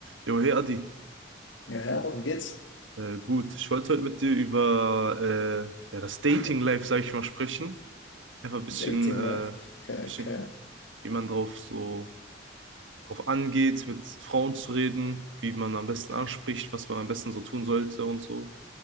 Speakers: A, on the right (about 85°); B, on the left (about 80°).
A: Jo, hey Adi,
B: Ja, ja, darum geht's.
A: äh, gut. Ich wollte heute mit dir über äh, ja, das Dating-Life, sag ich mal, sprechen. Einfach ein bisschen,
B: Dating
A: äh,
B: Life. Okay,
A: bisschen,
B: okay.
A: wie man drauf so drauf angeht, mit Frauen zu reden, wie man am besten anspricht, was man am besten so tun sollte und so.